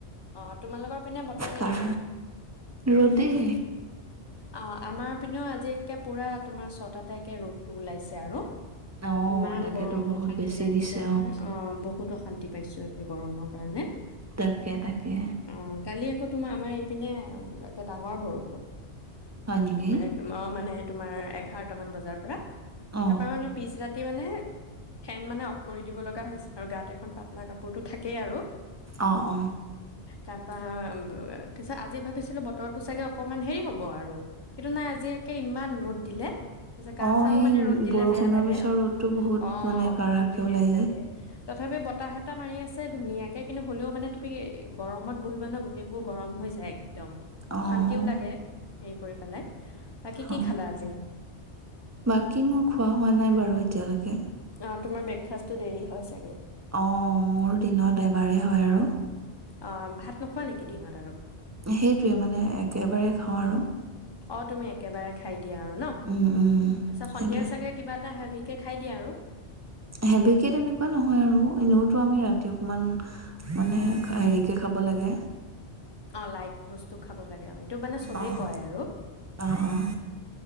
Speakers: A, on the left (about 30°); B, on the right (about 25°).
A: আহ তোমালোকৰ পিনে বতৰ কেনেকুৱা
B: কাৰ ৰ'দেই।
A: অ আমাৰ পিনেও আজিে পুৰা তোমাৰ ছটা তাইকে ৰ'দটো ওলাইছে আৰু
B: অ'
A: ইমান
B: তাকেতো
A: গৰম
B: বহুত
A: অশান্তি
B: বেছি
A: লাগিছে
B: দিছে
A: তাই অ বহুত অশান্তি পাইছো তে গৰমৰ কাৰণে
B: তাকে তাকে।
A: অ কালি আকৌ তোমাৰ আমাৰ ইপিনে একে ডাঙৰ বৰষুণ
B: হয় নেকি
A: এ তোমাৰ মানে তোমাৰ এঘাৰটামান বজাৰ পৰা
B: অ'।
A: তাৰপা মানে পিছ ৰাতি মানে ফেন মানে অফ কৰি দিব লগা হৈছে আৰু গাত এখন পাতলা কাপোৰতটো থাকেই আৰু
B: আহ অ
A: তাৰপা পিছত আজি ভাবিছিলো বতৰো চাগে অকনমান হেৰি হল হ'ব আৰু কিন্তু নাই আজি একে ইমান ৰ'দ দিলে তাৰপিছত গা
B: অ
A: চাও
B: এই
A: মানে ৰ'দ দিলে
B: বৰষুণৰ
A: বেয়া লাগে
B: পিছৰ ৰ'দতটো বহুত
A: অ
B: মানে কাঢ়াকে
A: বহুত হেৰি
B: ওলাই
A: লাগে
B: যোয়
A: তথাপি বতাহ এটা মাৰি আছে ধুনীয়াকৈ কিন্তু হ'লেও মানে তুমি গৰমত বহিব ন গোটেইবোৰ গৰম হৈ যায় একদম অশান্তিও
B: অ'
A: লাগে হেৰি কৰি পেলাই বাকী কি
B: অ
A: খালা আজি
B: বাকী মোৰ খোৱা হোৱা নাই বাৰু এতিয়ালৈকে
A: অ তোমাৰ ব্ৰেকফাষ্টটো দেৰি হয় চাগে
B: অ মোৰ দিনত এবাৰেই হয় আৰু
A: অ ভাত নোখোৱা নেকি দিনত আৰু
B: সেইটোৱে মানে একেবাৰে খাওঁ আৰু
A: অ তুমি একেবাৰে খাই দিয়া আৰু ন?
B: উম, উম।
A: তাৰপিছত সন্ধিয়া
B: সেইটোয়ে
A: চাগে কিবা এটা হেভিকে খাই দিয়া আৰু
B: হেভিকে তেনেকুৱা নহয় আৰু এনেওতো আমি ৰাতি অকমান মানে হেৰিকে খাব লাগে
A: অ লাইট বস্তু খাব লাগে আৰু, সেইটো মানে ছবেই
B: অ',
A: কৈ আৰু
B: অ', অ',